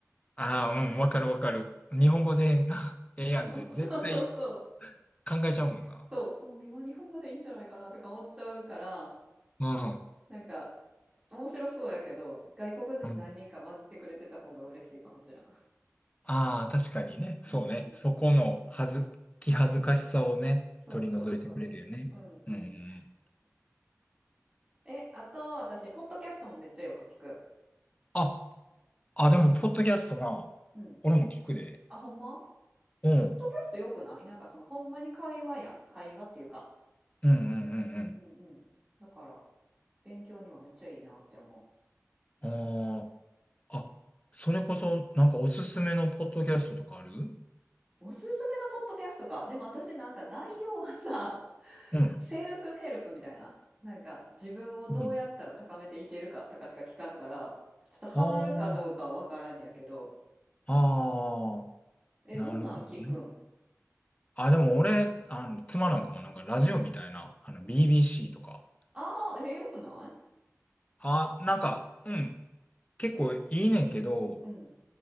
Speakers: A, on the left; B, on the right.
A: あ、ああ、うん、わかるわかる。日本語でな、
B: なんか、
A: <laughs> ええやんって絶対
B: <laughs> そうそうそうそう、
A: 考えちゃうもんな。
B: そう、うん、今日本語でいいんじゃないかなとか思っちゃうから、
A: うん。
B: なんか面白そうやけど、外国人何人か混じってくれてた方が嬉しいかもしれん。
A: うん。ああ、確かにね。そうね。
B: うんうん
A: そこのはず、気恥ずかしさをね、
B: そうそうそう。
A: 取り除いてくれるよね。
B: うんうん。
A: うんうん。
B: え、あと私、ポッドキャストもめっちゃよく聞く。
A: あ、あ、でも、ポッドキャストな。
B: うん。
A: 俺も聞くで。
B: あ、ほんま
A: うん。
B: ポッドキャストよくないなんかそのほんまに会話やん。会話っていうか。
A: うんうんうん
B: うんうんうん。だから勉強にはめっちゃいいなって思
A: うん。あーあ、それこそ、なんかおすすめのポッドキャストとかある
B: う。おすすめのポッドキャストか。でも私なんか内容はさ、<laughs>
A: うん。
B: セルフヘルプみたいな。なんか自分をどうやったら高めていけるかとかしか聞かんから、
A: うん。
B: ちょっとハマるかどうかはわからんねやけど。
A: ああ、ああ、
B: え、
A: なるほどね。
B: どんなん聞くん
A: あ、でも俺、あの、妻なんかもなんかラジオみたいな、あの、BBC とか。
B: ああー、え、よくない
A: あ、なんか、うん、結構いいねんけど、
B: うん。